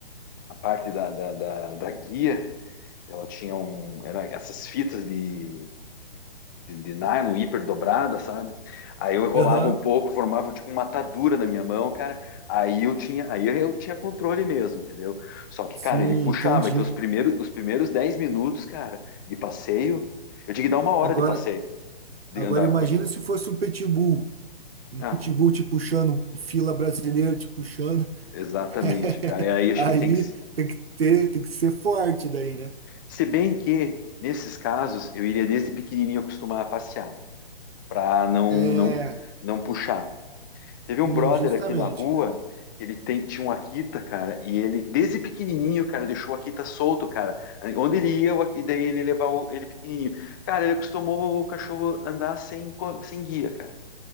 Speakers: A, on the left (about 20°); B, on the right (about 80°).
A: a parte da, da, da da guia Ela tinha um. Era essas fitas de, de, de nylon hiper dobrada, sabe? Aí eu enrolava
B: Aham.
A: um pouco, formava tipo uma atadura na minha mão, cara. Aí eu tinha, aí eu tinha controle mesmo, entendeu? Só que,
B: Sim,
A: cara, ele puxava.
B: entendi.
A: Então, os primeiros, os primeiros 10 minutos, cara, de passeio, eu tinha que dar uma hora
B: Agora,
A: de passeio, de
B: agora
A: andar
B: imagina
A: com ele.
B: se fosse um pitbull. Um
A: Ah,
B: pitbull te puxando, um fila brasileiro te puxando.
A: exatamente,
B: <laughs>
A: cara. E aí acho
B: Aí
A: que tinha que. se-
B: tem que ter, tem que ser forte daí, né?
A: Se bem que, nesses casos, eu iria desde pequenininho acostumar a passear, pra não,
B: É,
A: não, não puxar. Teve
B: sim,
A: um brother
B: justamente,
A: aqui na rua,
B: cara.
A: ele tem- tinha um Akita, cara, e ele, desde pequenininho, cara, deixou o Akita solto, cara. Onde ele ia, o Akita, daí ele levava o- ele pequenininho. Cara, ele acostumou o cachorro andar sem, co- sem guia, cara.